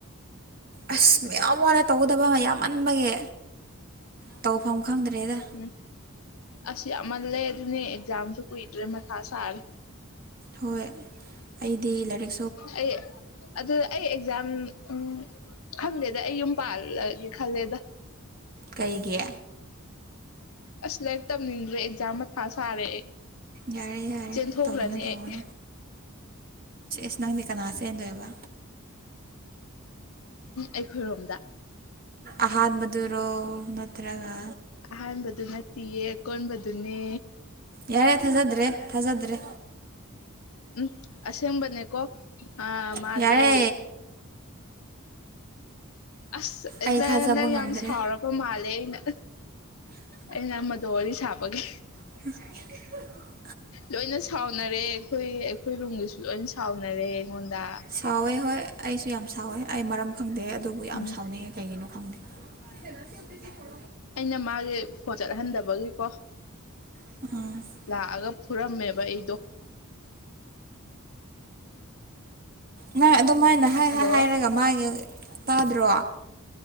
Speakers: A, on the right; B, on the left.
A: ꯑꯁ ꯃꯌꯥꯝ ꯋꯥꯂꯦ ꯇꯧꯒꯗꯕ ꯑꯃ ꯌꯥꯝꯃꯟꯕꯒꯤ ꯇꯧꯐꯝ ꯈꯪꯗ꯭ꯔꯦꯗ
B: ꯎꯝ ꯑꯁ ꯌꯥꯝꯃꯜꯂꯦ ꯑꯗꯨꯅꯦ ꯑꯦꯛꯖꯥꯝꯁꯨ ꯀꯨꯏꯗ꯭ꯔꯦ ꯃꯊꯥ ꯁꯥꯔꯦ
A: ꯍꯣꯏ ꯑꯩꯗꯤ ꯂꯥꯏꯔꯤꯛ
B: ꯑꯩ ꯑꯗ ꯑꯩ ꯑꯦꯛꯖꯥꯝ ꯎ ꯈꯪꯗꯦꯗ ꯑꯩ ꯌꯨꯝ ꯄꯥꯜꯂꯒꯦ ꯈꯜꯂꯦꯗ
A: ꯀꯩꯒꯤ
B: ꯑꯁ ꯂꯥꯏꯔꯤꯛ ꯇꯝꯅꯤꯡꯗ꯭ꯔꯦ ꯑꯦꯛꯖꯥꯝ ꯃꯊꯥ ꯁꯥꯔꯦ
A: ꯌꯥꯔꯦ ꯌꯥꯔꯦ
B: ꯆꯦꯟꯊꯣꯛꯈ꯭ꯔꯅꯤ
A: ꯇꯧꯒꯅꯨ ꯇꯧꯒꯅꯨ
B: ꯑꯩ
A: ꯁ ꯅꯪꯗꯤ ꯀꯅꯥ ꯆ ꯍꯦꯟꯗꯣꯏꯕ
B: ꯑꯩꯈꯣꯏꯔꯣꯝꯗ
A: ꯑꯍꯥꯟ ꯃꯗꯨꯔꯣ ꯅꯠꯇ꯭ꯔꯒ
B: ꯑꯍꯥꯟꯕꯗꯨ ꯅꯠꯇꯦꯌꯦ ꯀꯣꯟꯕꯗꯨꯅꯦ
A: ꯌꯥꯔꯦ ꯊꯥꯖꯗ꯭ꯔꯦ ꯊꯥꯖꯗ꯭ꯔꯦ
B: ꯎꯝ ꯑꯁꯦꯡꯕꯅꯦꯀꯣ ꯑ ꯃꯥꯗꯤ
A: ꯌꯥꯔꯦ
B: ꯑꯁ
A: ꯑꯩ ꯊꯥꯖꯕ
B: ꯅꯪ
A: ꯉꯝꯗ꯭ꯔꯦ
B: ꯌꯥꯝ ꯁꯥꯎꯔ ꯆ ꯃꯥꯜꯂꯦ ꯑꯩꯅ ꯑꯩꯅ ꯃꯗꯨꯣ ꯋꯥꯔꯤ ꯁꯥꯕꯒꯤ
A: <inaudible>
B: ꯂꯣꯏꯅ ꯁꯥꯎꯅꯔꯦ ꯑꯩꯈꯣꯏ ꯑꯩꯈꯣꯏ ꯔꯨꯝꯒꯁꯨ ꯂꯣꯏ ꯁꯥꯎꯅꯔꯦ ꯑꯩꯉꯣꯟꯗ
A: ꯁꯥꯎꯋꯦ ꯍꯣꯏ ꯑꯩꯁꯨ ꯌꯥꯝ ꯁꯥꯎꯋꯦ ꯑꯩ ꯃꯔꯝ ꯈꯪꯗꯦ ꯑꯗꯨꯕꯨ ꯌꯥꯝ
B: ꯎꯝ
A: ꯁꯥꯎꯅꯤꯡꯉꯦ ꯀꯩꯒꯤꯅꯣ ꯈꯪꯗꯦ ꯍꯅ ꯁꯤꯗꯗꯤ ꯊꯣꯛ
B: ꯑꯩꯅ ꯃꯥꯒꯤ ꯐꯣꯟ ꯆꯠꯍꯟꯗꯕꯒꯤꯀꯣ
A: ꯑꯥ
B: ꯂꯥꯛꯑꯒ ꯐꯨꯔꯝꯃꯦꯕ ꯑꯩꯗꯣ
A: ꯅꯪ ꯑꯗꯨꯃꯥꯏꯅ ꯍꯥꯏ
B: ꯍꯜꯂꯣ
A: ꯍꯥꯏꯔꯒ ꯃꯥꯒꯤ ꯇꯥꯗ꯭ꯔꯣ